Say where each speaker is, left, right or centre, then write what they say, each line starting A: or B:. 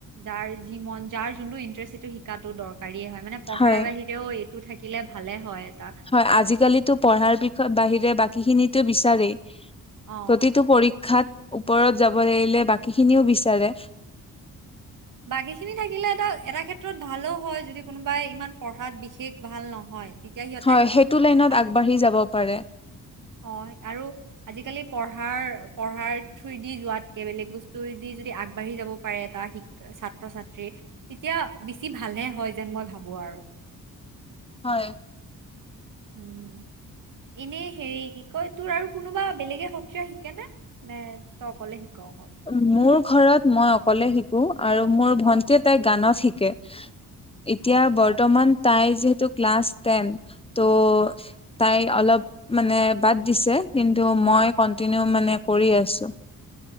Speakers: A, on the right; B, on the left.
A: যাৰ যি মন যাৰ যোনটো ইন্টেৰেষ্ট সেইটো শিকাটো দৰকাৰ দৰকাৰী এই হয়। মানে পঢ়াৰ
B: হয়
A: বাহিৰেও এইটো থাকিলে ভালে হয়। এটা
B: হয় আজিকালিতো পঢ়াৰ বিষয়ে বাহিৰে বাকী খিনিতো বিচাৰেই
A: অ',
B: প্ৰতিটো পৰীক্ষাত ওপৰত যাব লাগিলে বাকী খিনিও বিচাৰে
A: বাকীখিনি থাকিলেটো এটা ক্ষেত্ৰত ভালো হয় যদি কোনোবাই ইমান পঢ়াত বিশেষ ভাল নহয়। তেতিয়া সিহঁতে
B: হয় সেইটো লাইনত
A: তাক
B: আগবাঢ়ি যাব পাৰে।
A: হয় আৰু আজিকালি পঢ়াৰ পঢ়াৰ থ্ৰুদি যোৱাতকে বেলেগ বস্তুদি যদি আগবাঢ়ি যাব পাৰে এটা শিক ছাত্ৰ ছাত্ৰ্ৰী তেতিয়া বেছি ভালহে হয় যেন মই ভাবো। <unintelligible>
B: হয়।
A: উম, এনে হেৰি কি কয় তোৰ আৰু কোনোবা বেলেগে সত্ৰিয় শিকে নে -নে তই অকলে শিক? অকল
B: মোৰ ঘৰত মই অকলে শিকো আৰু মোৰ
A: অ',
B: ভন্টিয়ে তাই গানত শিক কে এতিয়া
A: অ',
B: বৰ্তমান
A: অ',
B: তাই যিহেতু ক্লাছ টেন ত' তাই অলপ মানে বাদ দিছে। কিন্তু
A: উম,
B: মই কণ্টিনিউ মানে কৰি আছোঁ।